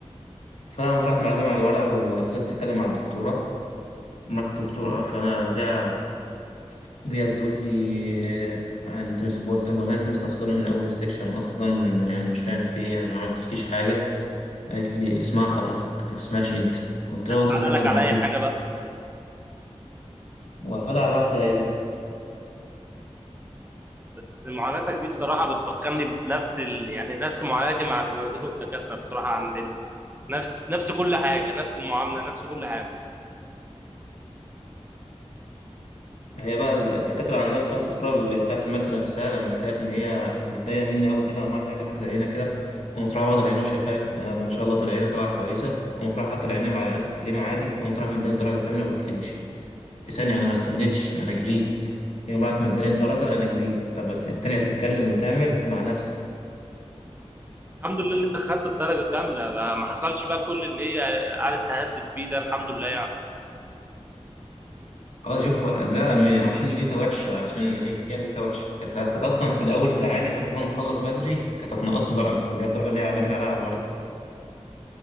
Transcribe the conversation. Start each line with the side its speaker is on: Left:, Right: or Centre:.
Left: فقام راحت معلمة على الورقة وفضلت تتكلم مع الدكتورة مرات الدكتورة فأنا ليها ليها بتقول لي آه، أنت مش بقول ولا أنت مستقصداني من أول السكشن أصلا يعني مش فاهم في إيه أنا ما عملتلكيش حاجة قالت لي اسمها حضرتك ما اسمهاش أنت قلت
Right: تعالى
Left: لها هو ده اللي فرق
Right: لك
Left: معاكي
Right: على اي حاجه بقى
Left: وقفلها على الواحدة أيوة
Right: بس معاناتك دي بصراحه بتفكرني بنفس ال... يعني نفس معاناتي مع المعيدين والدكاتره بصراحه عندنا نفس نفس كل حاجه نفس المعامله نفس كل حاجه
Left: ما هي بقى الدكاترة اللي عندها الصيحة الدكتورة اللي بتاعت المادة نفسها لما تلاقيت إن هي متضايقة مني أوي كده وعمالة تقول لي حتى العينة كده قمت رايح بعض العينة وشايفها لي ده ده ما شاء الله ده العينة طالعة كويسة قمت رايح حتى العينة مع العينات السليمة عادي قمت رايح مداني الدرجة كاملة وقلت لي امشي في ثانية أنا ما استنيتش أنا جريت هي راحت مداني الدرجة أنا جريت أه، بس التانية تتكلم وتعمل مع نفسك
Right: الحمد لله ان انت خدت الدرجه كامله ده ما حصلش بقى كل ان هي قعدت تهدد بيه ده الحمد لله يعني
Left: اه شوف ده من- عشان نيتها وحشة عشان هي نيتها وحشة كانت كانت أصلا في الأول في العادي حتى لو أنا مخلص بدري كانت هتنقصني درجة اللي هي الدرجة اللي هي علمت عليها على الورق